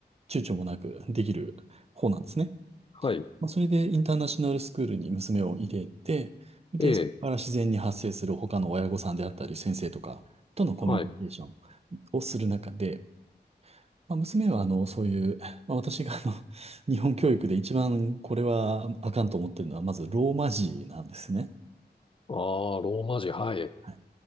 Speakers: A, on the right; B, on the left.
A: 躊躇もなくできる方なんですね。
B: はい、
A: まあ、それでインターナショナルスクールに娘を入れて、で、
B: ええ、
A: そこから自然に発生する他の親御さんであったり、先生とかとのコミュニケーション
B: はい。
A: をする中で、まあ、娘はあの、そういう、まあ、私があの、<laughs> 日本教育で一番これはあかんと思ってるのは、まずローマ字なんですね。
B: ああ、ローマ字、はい。
A: はい。